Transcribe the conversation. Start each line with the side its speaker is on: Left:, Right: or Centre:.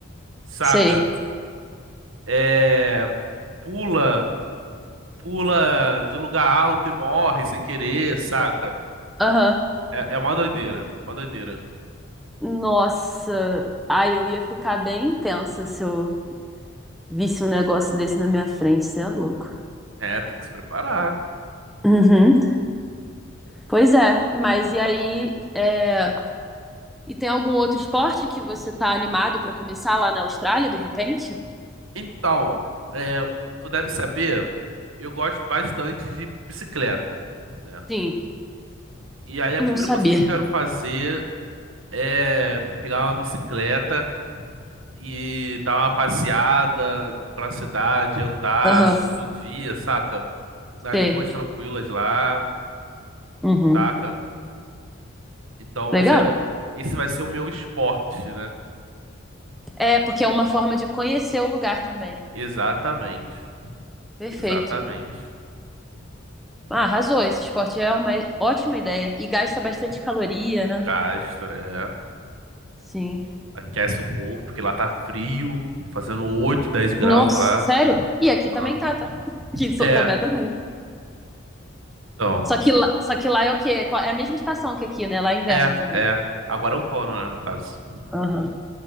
Right: saca?
Centre: Sei.
Right: É, pula pula de lugar alto e morre sem querer, saca?
Centre: Aham.
Right: É, é uma doideira, uma doideira.
Centre: Nossa. Ai, eu ia ficar bem tensa se eu visse um negócio desse na minha frente. Você é louco.
Right: É, tem que se preparar.
Centre: Uhum. Pois é, mas e aí? é, E tem algum outro esporte que você tá animado pra começar lá na Austrália, de repente?
Right: Então, é, tu deve saber, eu gosto bastante de bicicleta, né?
Centre: Sim,
Right: E aí a
Centre: não
Right: primeira
Centre: sabia.
Right: coisa que eu quero fazer é pegar uma bicicleta e dar uma passeada pela cidade, andar
Centre: Aham.
Right: todo dia, saca? Nas
Centre: Sei.
Right: ruas tranquilas lá,
Centre: Uhum.
Right: saca? Então
Centre: Legal.
Right: isso aí vai, esse vai ser o meu esporte, né?
Centre: É, porque é uma forma de conhecer o lugar também.
Right: Exatamente.
Centre: Perfeito.
Right: Exatamente.
Centre: Ah, arrasou.
Right: Entendeu?
Centre: Esse esporte é uma ótima ideia. E gasta bastante
Right: Sim.
Centre: caloria, né?
Right: Gasta, é.
Centre: Sim.
Right: Aquece o corpo, porque lá tá frio, fazendo 8 10 graus
Centre: Nossa,
Right: lá.
Centre: sério? E aqui
Right: Aham.
Centre: também tá, tá? <laughs> Aqui em São
Right: É,
Centre: Tomé também.
Right: então.
Centre: Só que lá, só que lá é o quê? É a mesma estação que aqui, né? Lá é inverno
Right: É,
Centre: também.
Right: é. Agora é outono, né, no caso.
Centre: Aham.